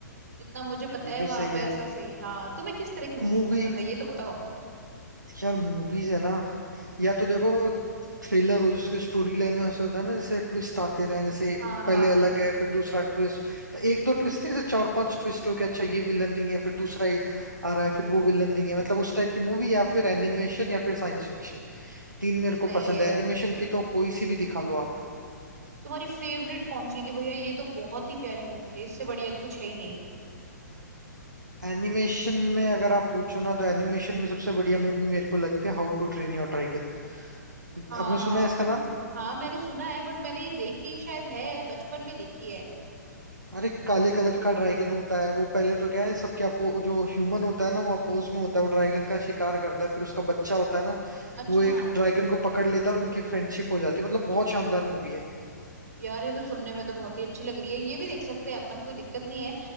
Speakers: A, on the right; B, on the right.
A: जितना मुझे पता
B: ये
A: है वहां
B: भी सही
A: पे
B: है
A: ऐसा सही हाँ तुम्हें किस तरह की मूवीज
B: तो मूवी
A: पसंद है ये तो बताओ
B: यार मूवीज है ना या तो देखो थ्रिलर हो जिसकी स्टोरी लाइन में ऐसा होता है ना जैसे ट्विस्ट आते रहे जैसे
A: हाँ हाँ
B: पहले अलग है फिर दूसरा ट्विस्ट तो एक दो ट्विस्ट नहीं जैसे चार पांच ट्विस्ट हो के अच्छा ये विलन नहीं है फिर दूसरा ही आ रहा है फिर वो विलन नहीं है
A: हम्म
B: मतलब उस टाइप की मूवी या फिर एनिमेशन या फिर साइंस फिक्शन तीन मेरे
A: सही
B: को पसंद
A: है
B: है एनिमेशन की तो कोई सी भी दिखा लो आप
A: तुम्हारी फेवरेट कौन सी है कि भैया ये तो बहुत ही प्यारी मूवी है इससे बढ़िया तो कुछ है ही नहीं
B: एनिमेशन में अगर आप पूछो ना तो एनिमेशन में सबसे बढ़िया मूवी मेरे को लगती है how to train your dragon
A: हाँ
B: आपने सुना है इसका नाम
A: हाँ मैंने सुना है बट मैंने ये देखी शायद है बचपन में देखी है
B: अरे काले कलर का ड्रैगन होता है वो पहले तो क्या है सबके अपो जो ह्यूमन होता है ना वो अपोज में होता है वो ड्रैगन का शिकार करता है फिर उसका बच्चा होता है ना
A: अच्छा
B: वो एक ड्रैगन को पकड़ लेता है और उनकी फ्रेंडशिप हो जाती है मतलब बहुत शानदार मूवी है
A: यार ये तो सुनने में तो बहुत ही अच्छी लग रही है ये भी देख सकते हैं अपन कोई दिक्कत नहीं है